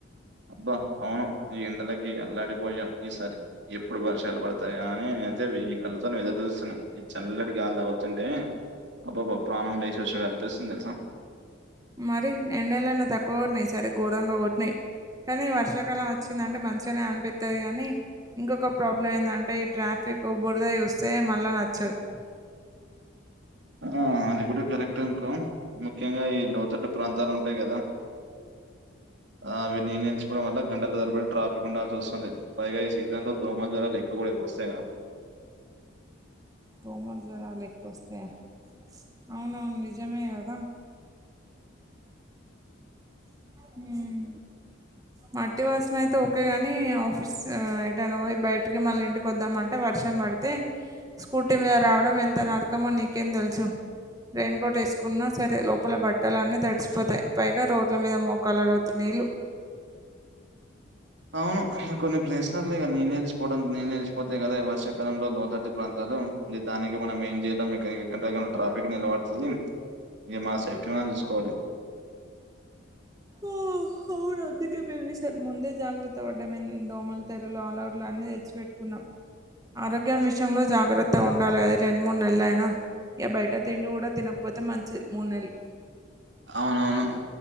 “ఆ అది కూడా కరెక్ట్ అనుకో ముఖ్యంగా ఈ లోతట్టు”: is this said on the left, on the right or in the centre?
Right